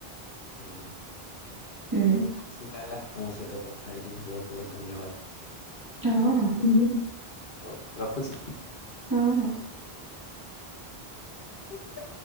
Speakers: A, on the left; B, on the right.
A: ହଁ
B: ହୁଁ
A: ହଉ ଖୁସି ଲାଗିଲା ତମ ସହିତ କଥା ହେଇକି ବହୁତ ବହୁତ ଧନ୍ୟବାଦ
B: ହଁ ହଁ।
A: ହଉ ରଖୁଛି।
B: ହଁ ହଁ।
A: ଆ୍ଛା <unintelligible>